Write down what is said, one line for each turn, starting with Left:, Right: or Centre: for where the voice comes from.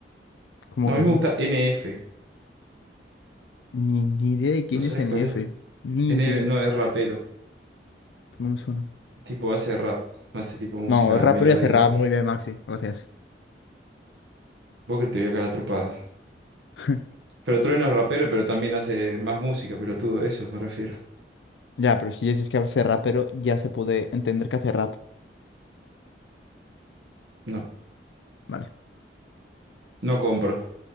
Left: ¿Cómo
Right: No,
Left: que
Right: a mí me
Left: no?
Right: gusta N F
Left: Ni, ni idea de quién
Right: ¿No sabes
Left: es N
Right: cuál
Left: F
Right: es?
Left: Ni
Right: NF,
Left: idea.
Right: no, es rapero.
Left: No me suena.
Right: Tipo, hace rap. Hace tipo música
Left: No, es rapero
Right: melódica.
Left: y hace rap muy bien, Maxi. Gracias.
Right: Vos que te voy a cagar a trompadas.
Left: <laughs>
Right: Pero Trueno es rapero, pero también hace más música, pero todo eso me refiero.
Left: Ya, pero si dices que hace rapero ya se puede entender que hace rap.
Right: No,
Left: Vale,
Right: no compro.